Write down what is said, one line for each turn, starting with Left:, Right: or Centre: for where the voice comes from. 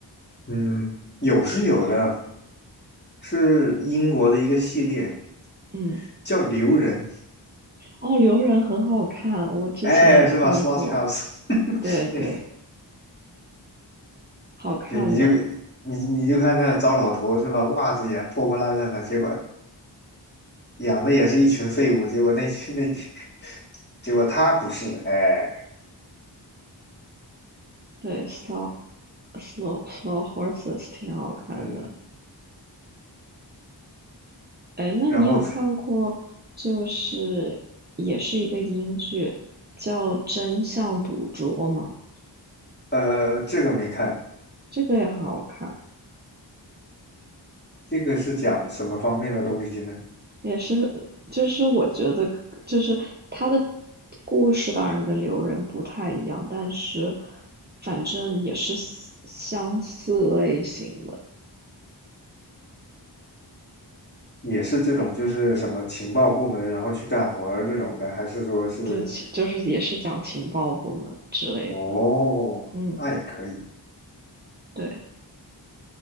Left: 嗯有是有的，是英国的一个系列
Right: 嗯，
Left: 叫《留人》，
Right: 哦，《留人》很好看，我之前也看过。
Left: 哎，是吧 s l o t h o u s
Right: 对对，
Left: e <laughs>
Right: 好看的。
Left: 对，你就你你就看那糟老头是吧？袜子也破破烂烂的，结果养的也是一群废物，结果那群那，<laughs> 结果他不是，哎，
Right: 对，Slow Slow Slow Horses 挺好看的。
Left: 嗯，
Right: 哎，那你有看过，
Left: 然后
Right: 就是也是一个英剧，叫《真相捕捉》吗？
Left: 呃，这个没看，
Right: 这个也很好看。
Left: 这个是讲什么方面的东西呢？
Right: 也是，就是我觉得，就是他的故事当然跟刘仁不太一样，但是反正也是相相似类型的，
Left: 也是这种就是什么情报部门然后去干活儿这种的，还是说是
Right: 对，其就是也是讲情报部门之类的，
Left: 哦，
Right: 嗯，
Left: 那也可以。
Right: 对。